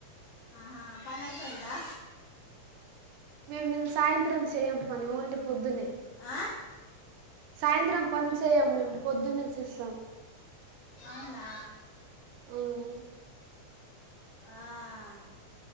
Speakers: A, on the left; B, on the right.
A: ఆహా పనైపోయిందా
B: మేం మేం సాయంత్రం చేయ్యం పని ఓన్లీ పొద్దునే
A: ఆ
B: సాయంత్రం పని చేయం మేమ్ పొద్దున్నే చేస్తాం
A: అవునా
B: అవును
A: ఆ